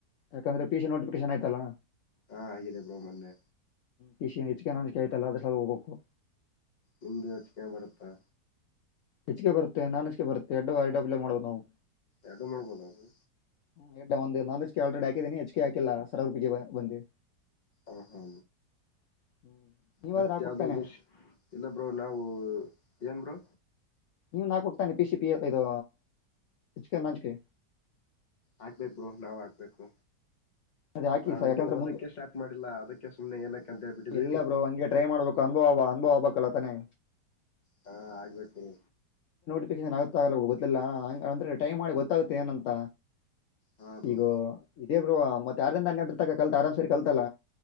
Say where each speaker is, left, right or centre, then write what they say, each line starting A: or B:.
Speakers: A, on the left; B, on the left.
A: ಯಾಕಂದ್ರೆ ಪಿ ಸಿ ನಟಿಿಕೇಶನ್ ಆಯ್ತಲ್ಲಾ
B: ಹಾ ಆಿದೆ ಬ್ರೋ ಮೊನ್ನೆ
A: ಕಷಚಿಕ ನ ಅನಿಕೆ ಆಯತಲ್ಲ ಅದ್ರೊಳಗೆ ಹೋಗ್ಬೇಕು
B: ನಿ್ದ ಯೋಚಿಕೆ ಬರುತ್ತಾ
A: ಹೆಚ್ಚಿಗೆ ಬರುತ್ತೆ ನಾನ್ ಹೆಚ್ಗೆ ಬರುತ್ತೆ ಎಡ್ಡು ಎಡ್ ಅಪ್ಲೈ ಮಾಡ್ ಬೇಕ್ ನಾವು
B: ಎಡ್ದು ಮಾಡ್ಬೋದ ಅದು
A: ಹ್ಮ ಎಡ್ ಒಂದು ನಾನ್ <unintelligible> ಆಲ್ರೆಡಿ ಹಾಕಿದಿನಿ, ಎಚ್ ಕೆ ಹಾಕಿಲ್ಲ ಸರ್ವರ್ ಬಿಸಿ ಬ ಬಂದಿ.
B: ಹ ಹಾ
A: ಹ್ಮ್ ನೀವಾದ್ರೆ
B: ಮತ್
A: ಹಾಕೋಗ್ತಾನೆ
B: ಯಾವ್ದೋ ದುಶ್ ಇಲ್ಲ ಬ್ರೋ ನಾವು ಏನ್ ಬ್ರೋ
A: ನೀವುನ್ ಹಾಕ್ಬೇಕ್ ತಾನೆ ಪಿ ಸಿ ಪಿ ಎ ಇದೂ <unintelligible> ಲಾಂಚ್ಗೆ
B: ಹಾಕ್ಬೇಕ್ ಬ್ರೋ ನಾವ್ ಹಾಕ್ಬೇಕು
A: ಅದ್ ಹಾಕಿ
B: ನಾವ್
A: ಸ.
B: ಇನ್ನು
A: ಯಾಕಂದ್ರೆ
B: ಓದಕ್ಕೆ
A: ಮುಂದ್
B: ಸ್ಟಾರ್ಟ್ ಮಾಡಿಲ್ಲ ಅದಕ್ಕೆ ಸುಮ್ನೆ ಏನಕ್ಕೆ ಅಂತ ಹೇಳ್ಬಿಟ್ಟಿದ್ವಿ
A: ಇಲ್ಲ ಬ್ರೋ ಹಂಗೆ ಟ್ರೈ ಮಾಡ್ಬೇಕು, ಅನುಭವ್ ಆ ಅನುಭವ ಆಗ್ಬಬೇಕಲ್ಲ ತಾನೆ
B: ಹಾ ಆಗ್ಬೇಕ್ ಬ್ರೋ
A: ಆಗೇನ್ ಆಗುತ್ತೋ ಆಗಲ್ಲೊ ಗೊತ್ತಿಲ್ಲ ಅಂದ್ರೆ ಟೈಮಾಡಿ ಗೊತ್ತಾಗುತ್ತೆ ಏನಂತ
B: ಹಾ ಬ್ರೋ
A: ಈಗೋ ಇದೇ ಬ್ರೊ ಮತ್ತೆ ಆರಿಂದ ಹನ್ನೆರ್ಡರ್ ತ ಕಲ್ತ್ ಆರಾಮ ಸರಿ ಕಲ್ತಲ್ಲ.